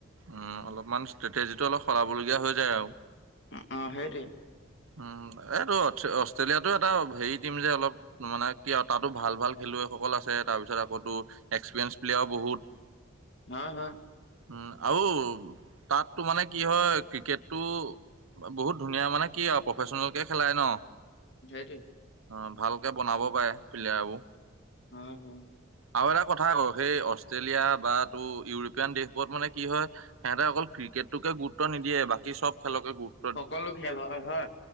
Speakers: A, on the right; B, on the left.
A: উম, অলপমান ষ্ট্ৰেটেজিটো অলপ সলাবলগীয়া হৈ যায় আৰু।
B: ওম উম' সেইটোৱে।
A: উম, এইটো অষ্ট্ৰেলিয়াটো এটা হেৰি টিম যে অলপ মানে কি আঔ তাতো ভাল- ভাল খেলুৱৈসকল আছে তাৰ পিছত অকৌটো এক্সপেৰিয়েন্ঞ্চ প্লেয়াও বহুত।
B: হা হা।
A: উম, আউ তাতটো মানে কি হয়, ক্ৰিকেটটো বহুত ধুনীয়া মানে কি আঔ প্ৰফেচনেলকে খেলাই ন।
B: ঝাইটি।
A: অ, ভালকে বনাব পায়ে, প্লেয়াৰবো।
B: উম' হু।
A: আৰু এটা কথা আকৌ সেই অষ্ট্ৰেলিয়া বা তু ইউৰোপীয়ান দেশবোৰত মানে কি হয়- হেতে অকল ক্ৰিকেটটোকে গুৰুত্ব নিদিয়ে বাকী চব খেলকে গুৰুত
B: সকলো খেল হয়-হয়,